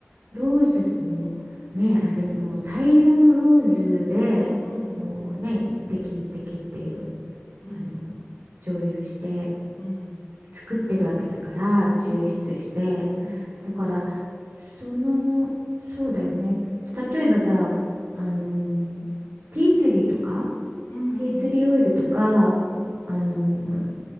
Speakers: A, on the right (about 55°); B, on the left (about 75°).
A: ローズもね、あれ、もう大量のローズでもうね、
B: うん。うん。
A: 一滴一滴っていう、
B: うん。
A: あの、蒸留して。
B: うん。
A: 作ってるわけだから抽出して
B: うん。うんうん。
A: だからそのそうだよね例えばじゃあ、あのティーツリーとか
B: うんうん
A: ティーツリーオイルとか、
B: うん。うん。
A: あの